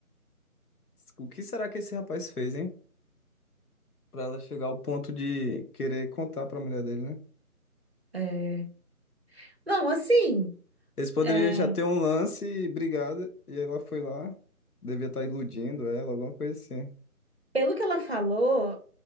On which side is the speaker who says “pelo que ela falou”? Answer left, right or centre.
Right